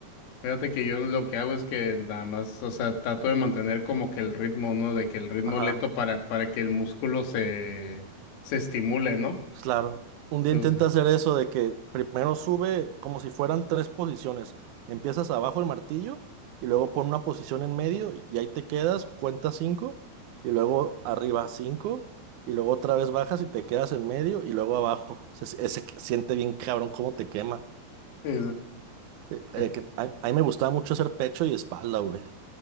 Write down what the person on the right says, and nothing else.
Ajá.
pues, Claro, un día
intenta hacer eso de que primero sube como si fueran tres posiciones. Empiezas abajo el martillo y luego pon una posición en medio y ahí te quedas, cuenta cinco y luego arriba cinco y luego otra vez bajas y te quedas en medio y luego abajo. Se, se- se siente bien cabrón cómo te quema.
Eh,
eh, que a, a mí me gustaba mucho hacer pecho y espalda, güey.